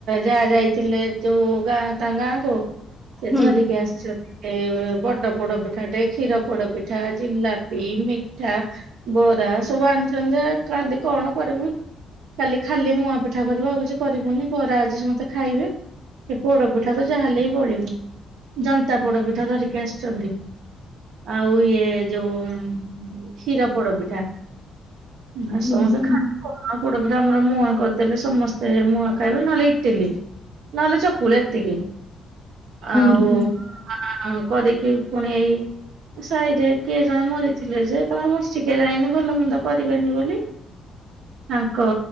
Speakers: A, on the right (about 80°); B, in the centre.
A: ଯାହା ଯାଇଥିଲେ ଯୋଉ ଗାଁ ତାଙ୍କ ଗାଁ କୁ। ସେ
B: ହୁଁ
A: ଧରିକି ଆସିଛନ୍ତି। ଏ ବଡ ପୋଡ ପିଠାଟେ କ୍ଷୀର ପୋଡ ପିଠା ଜିଲାପି ମିଠା ବରା ସବୁ ଆଣିଛନ୍ତି ଯେ କାଲି କଣ କରିବୁ। କାଲି ଖାଲି ମୁୂଆ ପିଠା କରିବ ଆଉ ଛି କରିବୁନି ବରା ଆଜି ସମସ୍ତେ ଖାଇବେ ସେ ପୋଡ ପିଠା ତ ଯାହା ହେଲେ ବି ବଳିବ। ଜନ୍ତା ପୋଡପିଠା ଧରିକି ଆସିଛନ୍ତି। ଆଉ ଇଏ ଯୋଉ କ୍ଷୀର ପୋଡ ପିଠା। ନା
B: ହୁଁ
A: ସମସ୍ତେ
B: ହୁଁ
A: ଖାଇ <unintelligible> କଁ ପୋଡ ପିଠା ଆମର ମୁଆଁ କରିଦେଲେ ସମସ୍ ସେ ମୁଁଆଁ ଖାଇବେ ନହେଲେ ଇଟିଲି ନହେଲେ ଚକୁଲ ଏତିକି।
B: ହୁଁ
A: ଆଉ
B: ହୁଁ
A: କ କରିକି ପୁଣି ଏଇ ସାଇରେ କିଏ ଜଣେ ମରିଥିଲେ ଯେ ତାଙ୍କ ବର୍ଷିକିଆ ଯାଇନି ଭଲ ମନ୍ଦ କରିବେନି ବୋଲି ତାଙ୍କ